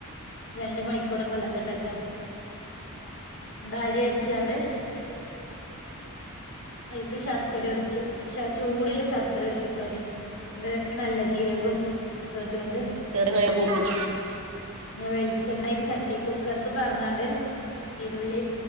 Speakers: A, on the left; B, on the right.
A: രണ്ടു മണിക്കൂറൊക്കെ വെള്ളത്തിലിട്ടേക്കാ ന്നാ അരിയരച്ചോണ്ട് അയീക്കു ശർക്കരഒഴിച്ചു. ശ.. ചൂടുള്ള ശർക്കരഒഴിക്കാ വരും. ഇത് നല്ലജീരകും ഒക്കെയിട്ടോണ്ട്
B: ചെറിയ കടി കൂടും
A: ഉം.. പിന്നെ, വെളിച്ചെണ്ണയൊക്കെ ചട്ടി, കുക്കർക്കുപകർന്നോണ്ട് ച്ചിരുളി